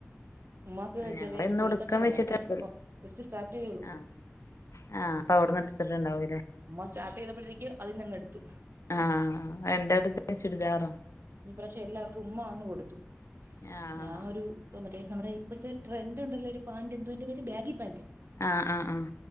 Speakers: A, on the right; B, on the left.
A: ഉമ്മാക്ക്
B: ഞങ്ങള്
A: ചെറുതായിട്ട്
B: ഇന്ന്
A: തുണിക്കച്ചോടം
B: ഒടുക്കം
A: ഉണ്ടായിരുന്നെ
B: വെച്ചിട്ടക്കല്
A: ഇപ്പൊ ജസ്റ്റ് സ്റ്റാർട്ട് ചെയ്തതേ ഒള്ളൂ
B: ആഹ് ആഹ് അപ്പ അവിടുന്ന് എടുത്തിട്ട് ഉണ്ടാവൂല്ലേ
A: ഉമ്മ സ്റ്റാർട്ട് ചെയ്തപ്പഴത്തേക്ക്‌ അതീന്ന് അങ്ങെടുത്തു
B: ആഹ് എന്താ എടുത്തേ ചുരിദാറോ
A: ഈ പ്രാവശ്യം എല്ലാർക്കും ഉമ്മ അങ്ങ് കൊടുത്തു
B: ആഹ്
A: ഞാനൊരു ഓ മറ്റേ നമ്മടെ ഇപ്പഴത്തെ ട്രൻഡ് ഉണ്ടല്ലോ ഒരു പാന്റ് എന്തുവാ അതിന്റെ പേര് ബാഗി പാന്റ്
B: ആഹ് ആഹ് ആഹ്